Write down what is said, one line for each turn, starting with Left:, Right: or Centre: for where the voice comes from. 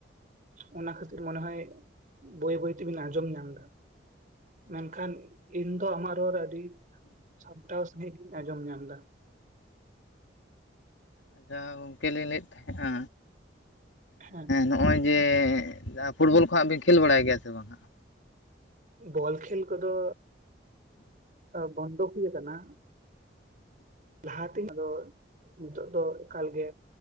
Right: ᱚᱱᱟ ᱠᱷᱟᱹᱛᱤᱨ ᱢᱚᱱᱮ ᱦᱚᱭ ᱵᱟᱹᱭ ᱵᱟᱹᱭ ᱛᱮᱵᱮᱱ ᱟᱸᱡᱚᱢ ᱧᱟᱢ ᱮᱫᱟ ᱢᱮᱱ ᱠᱷᱟᱱ ᱤᱧ ᱫᱚ ᱟᱢᱟᱜ ᱨᱚᱲ ᱟᱹᱰᱤ ᱥᱟᱢᱴᱟᱣ ᱥᱟᱺᱦᱤᱡ ᱜᱤᱧ ᱟᱸᱡᱚᱢ ᱧᱟᱢᱫᱟ
Left: ᱟᱪᱪᱷᱟ ᱜᱚᱝᱠᱮ ᱞᱤᱧ ᱞᱟᱹᱭᱮᱫ ᱛᱟᱦᱮᱸᱱᱟ
Right: ᱦᱮᱸ
Left: ᱱᱚᱜᱼᱚᱭ ᱡᱮ ᱯᱷᱩᱴᱵᱚᱞ ᱠᱚᱦᱟᱸᱜ ᱵᱮᱱ ᱠᱷᱮᱞ ᱵᱟᱲᱟᱭ ᱜᱮᱭᱟ ᱥᱮ ᱵᱟᱝ
Right: ᱵᱚᱞ ᱠᱷᱮᱞ ᱠᱚᱫᱚ ᱵᱚᱱᱫᱚ ᱦᱩᱭ ᱟᱠᱟᱱᱟ ᱞᱟᱦᱟ ᱛᱤᱱᱚ ᱫᱚ ᱱᱤᱛᱚᱜ ᱫᱚ ᱮᱠᱟᱞ ᱜᱮ